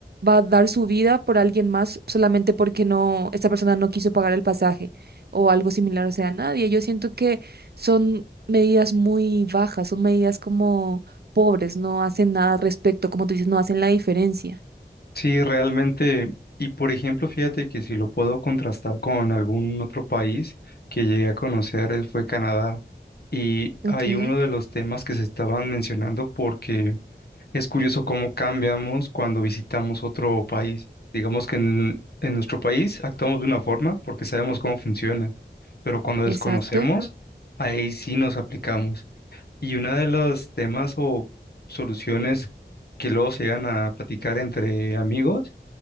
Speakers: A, on the right; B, on the left.
A: va a dar su vida por alguien más solamente porque no, esta persona no quiso pagar el pasaje o algo similar? O sea, nadie. Yo siento que son medidas muy bajas, son medidas como pobres, no hacen nada al respecto, como tú dices, no hacen la diferencia.
B: Sí, realmente, y por ejemplo, fíjate que si lo puedo contrastar con algún otro país que llegué a conocer eh, fue Canadá. Y
A: Ok,
B: hay uno de los temas que se estaban mencionando porque es curioso cómo cambiamos cuando visitamos otro país. Digamos que en, en nuestro país actuamos de una forma porque sabemos cómo funciona, pero cuando Exacto.
A: exacto,
B: desconocemos, ahí sí nos aplicamos. Y uno de los temas o soluciones que luego se llegan a platicar entre amigos